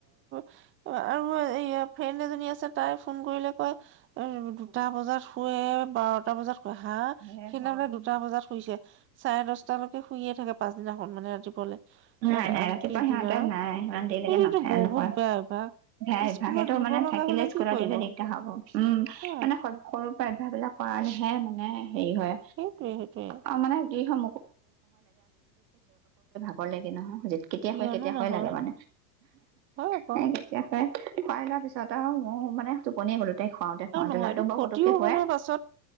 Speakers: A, on the right; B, on the right.
A: <inaudible> ফ্ৰেণ্ড এজনী আছে তাই ফোন কৰিলে কয় এই দুটা বজাত শুৱে, বাৰটা বজাত, হা
B: হে
A: সি
B: ভগৱান
A: নহলে দুটা বজাত শুইছে চাৰে দশটালেকে শুইয়ে থাকে, পাছদিনাখন মানে, ৰা-
B: নাই নাই
A: আম,
B: ৰাতিপুৱা
A: পিছদিনা
B: সিহঁতে
A: আৰু
B: নাই ইমান দেৰি লৈকে
A: এইটোতো
B: নুশুয়ে
A: বহুত বেয়া অভ্যাস
B: বেয়া অভ্যাস
A: স্কুলত
B: সেইটো
A: দিব
B: মানে
A: লগা
B: থাকিলে
A: হলে
B: স্কুলত
A: কি কৰিব
B: দিলে দিগদাৰ হ'ব উম
A: অ
B: মানে সৰুৰে পৰাই অভ্যাস বিলাক কৰালেহে মানে, হেৰি হয়
A: সেইটোৱে সেইটোৱে
B: আৰু মানে কি হয় মোক <unintelligible> ভাগৰ লাগে নহয়। কেতিয়া
A: কিয়নো
B: শুয়ে কেতিয়া শুয়ে
A: নহয়
B: লাগে মানে,
A: হয় আকৌ
B: শুৱাই লোৱা পাছত আৰু মইয়ো মানে টোপনিয়ে গলো, তাকে শুৱাওটে শুৱাওটে
A: আৰু নহয়
B: ল'ৰা
A: এইটো
B: বাৰু
A: ক্ষতিও
B: পতককে
A: হ'ব
B: শুৱে,
A: নহয় পাছত